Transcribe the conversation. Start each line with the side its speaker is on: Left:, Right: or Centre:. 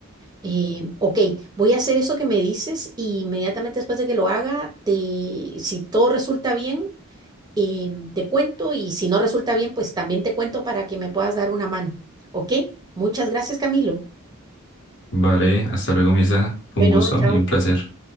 Right: Eh, ok, voy a hacer eso que me dices y inmediatamente después de que lo haga, te, si todo resulta bien, eh, te cuento y si no resulta bien, pues también te cuento para que me puedas dar una mano. Ok, muchas gracias, Camilo.
Left: Vale, hasta luego, Mirza. Fue
Right: Bueno,
Left: un gusto
Right: chao.
Left: y un placer.